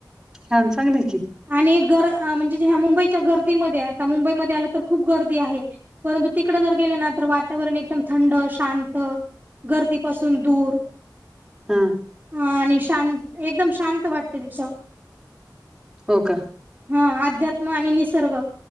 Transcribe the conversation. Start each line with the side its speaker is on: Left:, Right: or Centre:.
Centre: छान चांगलंय की.
Right: आणि गर म्हणजे ह्या मुंबईच्या गर्दीमध्ये आता मुंबईमध्ये आलं तर खूप गर्दी आहे. परंतु तिकडें जर गेलं ना तर वाता वरण एकदम थंड शांत गर्दीपासून दूर
Centre: हा.
Right: ह आणि शांत एकदम शांत वाटते तिथ.
Centre: हो का.
Right: हा अध्यात्म आणि निसर्ग